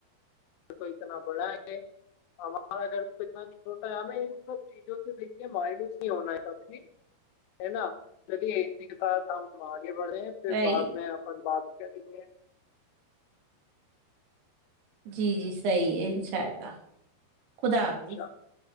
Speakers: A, on the left; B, on the right.
A: گ تو اتنا بڑا ہے ہمارا گھر تو اتنا چھوٹا ہے ہمیں ان سب چیزوں سے دیکھیے مایوس نہیں ہونا ہے کب بھی ہے نا چلیے اسی کے سح ہم آگے بڑے ہیں پھر
B: صحیح.
A: بعد میں اپن بات دے
B: جی جی صحیح ہے انشاء اللہ خدا حافظ
A: انشاءلہ